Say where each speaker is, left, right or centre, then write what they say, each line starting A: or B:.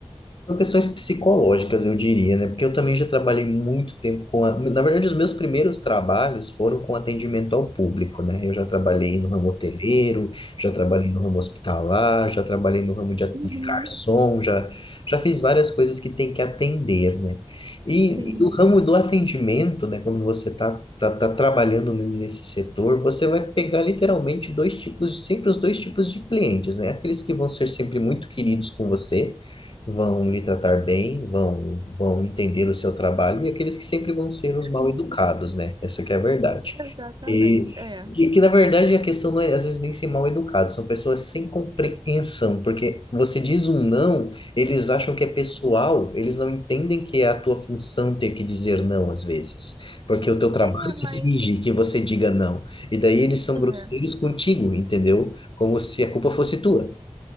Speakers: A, on the left; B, on the right.
A: são questões psicológicas, eu diria, né? Porque eu também já trabalhei muito tempo com a... Na verdade, os meus primeiros trabalhos foram com atendimento ao público, né? Eu já trabalhei no ramo hoteleiro, já trabalhei no ramo hospitalar, já trabalhei no ramo de, a- de
B: Uhum,
A: garçom, já, já fiz várias coisas que tem que atender, né? E,
B: sim,
A: e o ramo do atendimento, né? Quando você tá, tá, tá trabalhando n- nesse setor, você vai pegar literalmente dois tipos, sempre os dois tipos de clientes, né? Aqueles que vão ser sempre muito queridos com você vão lhe tratar bem, vão, vão entender o seu trabalho, e aqueles que sempre vão ser os mal
B: sim,
A: educados, né? Essa que é a verdade.
B: exatamente.
A: E
B: É,
A: que, que, na verdade, a questão não é, às vezes, nem ser mal educado, são pessoas sem compreensão, porque você diz um não, eles acham que é pessoal, eles não entendem que é a tua função ter que dizer não, às vezes, porque o teu trabalho
B: é, mas
A: exige que você diga não, e daí eles são
B: é.
A: grosseiros contigo, entendeu? Como se a culpa fosse tua.